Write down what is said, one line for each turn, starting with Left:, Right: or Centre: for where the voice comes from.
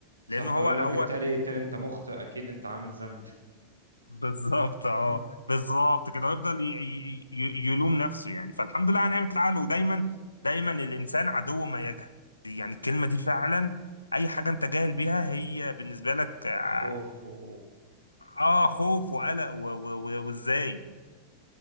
Right: صح
Left: لأن هو
Right: يقول
Left: هو
Right: لك التاني التاني انت مخطئ اكيد انت عامل ذنب
Left: بالظبط
Right: <laughs>
Left: اه بالظبط كده ويفضل ي- ي- ي- يلوم نفسه يعني فالحمد لله على نعمة العقل ودايما دايما الإنسان عدو ما يجهل دي يعني الكلمة دي فعلا أي حاجة أنت جاهل بيها هي بالنسبة لك آه
Right: خوف و
Left: آه، خوف وقلق و- و- و- وإزاي